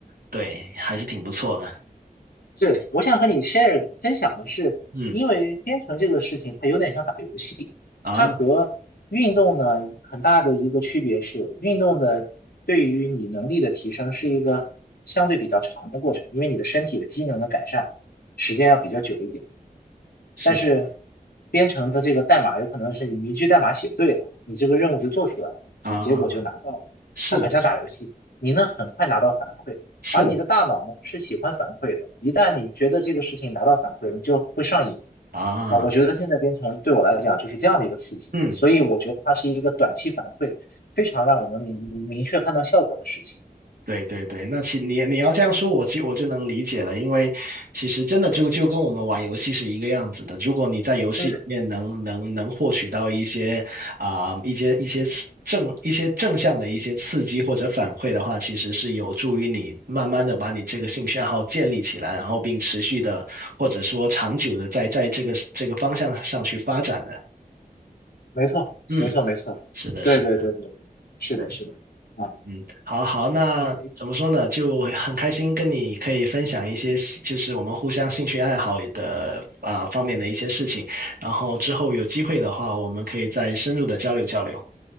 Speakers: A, on the right; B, on the left.
A: 对还是挺不错的。
B: 是，我想和你 share 分享的是，
A: 嗯
B: 因为编程这个事情它有点像打游戏，
A: 啊，
B: 它和运动呢很大的一个区别是，运动的对于你能力的提升是一个相对比较长的过程，因为你的身体的机能的改善时间要比较久一点。
A: 是
B: 但是编程的这个代码有可能是你一句代码写对了，你这个任务就做出来了，
A: 啊，
B: 你结果就拿到了。
A: 是的，
B: 它很像打游戏，你能很快拿到反馈，
A: 是的
B: 而你的大脑呢是喜欢反馈的。一旦你觉得这个事情拿到反馈，你就会上瘾
A: 啊，
B: 啊。我觉得现在编程对我来讲就是这样的一个刺激，
A: 嗯。
B: 所以我觉得它是一个短期反馈，非常让我能明明确看到效果的事情。
A: 对对对，那其你你要这样说，我就我就能理解了，因为其实真的就就跟我们玩游戏是一个样子的。如果你在游戏里面能能能获取到一些啊、
B: 嗯，
A: 一些一些刺正一些正向的一些刺激或者反馈的话，其实是有助于你慢慢的把你这个兴趣爱好建立起来，然后并持续的或者说长久的在在这个这个方向上去发展的。
B: 没错，
A: 嗯，
B: 没错，没错，
A: 是的，
B: 对对对对对，
A: 是的。
B: 是的，
A: 对。
B: 是的，啊
A: 嗯，好好，那怎么说呢？
B: ，OK。
A: 就很开心跟你可以分享一些兴就是我们互相兴趣爱好的啊、方面的一些事情。然后之后有机会的话，我们可以再深入的交流交流。